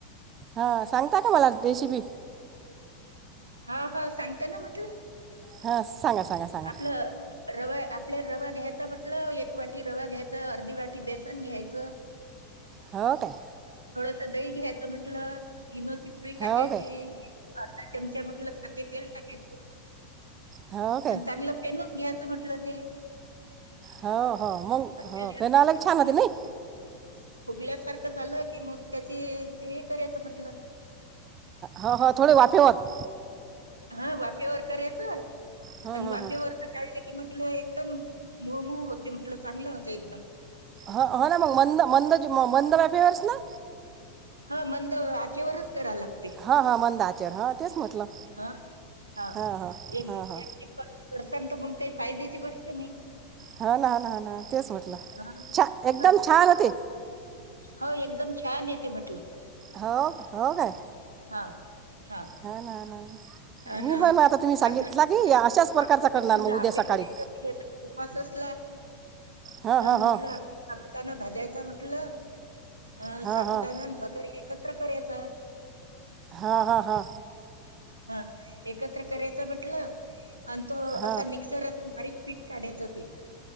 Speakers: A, on the right; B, on the right.
A: हा सांगता का मला रशिपी.
B: हा हा सांगता ना म्हटलं,
A: हां सांगा सांगा सांगा,
B: आपलं रवा आपल्या रवा घ्यायचा म्हटलं एक वाटी रवा घ्यायचा, अर्धी वाटी बेसन घ्यायचं,
A: हो काय.
B: सदई घ्यायचं म्हटलं. मनोती पोळी
A: हो
B: टाकायची
A: काय
B: अर्धा चमचा म्हटलं खात तेल टाकायचं
A: हो काय
B: आणि चांगलं फेनून घ्यायचं म्हटलं ते,
A: हो हो मग
B: आणि
A: हो
B: त्याला
A: फेन
B: फेटून
A: आलाक छान
B: घ्यायचं.
A: होते नाही.
B: फुगल्यासारखं झालं की मग त्याची हे करायच म्हटलं.
A: हो ह थोडी वाफेवरर.
B: हा वाफेवर करायचं
A: हं,
B: आणि
A: हं,
B: वाफेवरच
A: हं.
B: काढलं की, म्हलं एकदम मोहम होते म्हटलं चांगलं होत एकदम,
A: हा हा ना मग मंद मंद मंद वेफेवर ना?
B: ह मंद आचेवरच, करा लागते
A: हा हा मंदाचर हा तेच म्हटलं,
B: हा हा
A: हां हां
B: एक.
A: हां हां
B: <unintelligible> गोष्ट नाही
A: हा ना ह ना ह ना तेच म्हटलं
B: हां,
A: छान एकदम
B: हां.
A: छान होते.
B: हो एकदम छान येते म्हटलं,
A: हो हो काय
B: हा हा
A: ना ना मी
B: अन आपला
A: पण आता तुम्ही सांगितले
B: समजा
A: की अशाच प्रकारच
B: आपल्याला
A: करणार
B: समजा
A: मग
B: आपे
A: उद्या सकाळी
B: करायचं उपास असला
A: हां
B: तर
A: हां
B: म्हंटलं
A: हां
B: आपल्या साबुदान भाजायच म्हंटलं अं
A: हां
B: साबुदानान
A: हां
B: भगर एकत्र करायचं
A: हा हा हा
B: हा एकत्र करायच म्हटलं आणि तो
A: हां
B: असा मिक्सर बारीक पीठ काढायचं हो ते